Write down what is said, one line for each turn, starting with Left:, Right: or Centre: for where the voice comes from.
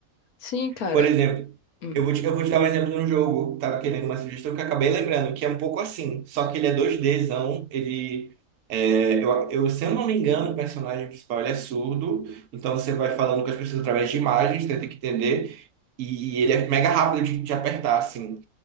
Left: sim, cara.
Right: Por exemplo,
Left: Hum,
Right: eu vou te, eu vou te dar um exemplo de um jogo, tava querendo uma sugestão que eu acabei lembrando, que é um pouco assim. Só que ele é 2Dzão, ele. é, eu, eu, se eu não me engano, o personagem principal ele é surdo, então você vai falando com as pessoas através de imagens, tenta que entender. E ele é mega rápido de, de apertar, assim.